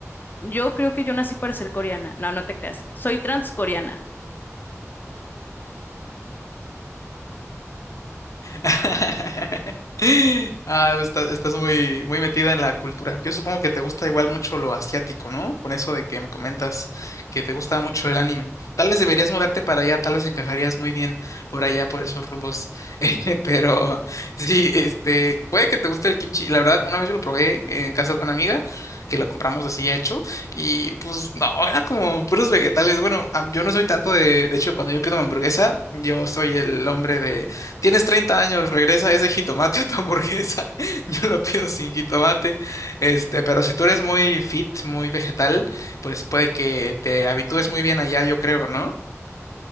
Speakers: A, on the left; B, on the left.
A: yo creo que yo nací para ser coreana. No, no te creas. Soy transcoreana.
B: <laughs> Ah, pues, está- estás muy, muy metida en la cultura. Yo supongo que te gusta igual mucho lo asiático, ¿no? Con eso de que me comentas que te gusta mucho el anime. Tal vez deberías mudarte para allá, tal vez encajarías muy bien por allá, por esos rumbos. <laughs> Eh, Pero sí, este, puede que te guste el kimchi. La verdad, una vez yo lo probé en casa de una amiga, que lo compramos así ya hecho, y pues no, era como puros vegetales. Bueno, a- yo no soy tanto de, de hecho, cuando yo pido mi hamburguesa, yo soy el hombre Tienes 30 años, regresa ese jitomate a tu hamburguesa. <laughs> Yo lo pido sin jitomate. Este, pero si tú eres muy fit, muy vegetal, pues puede que te habitúes muy bien allá, yo creo, ¿no?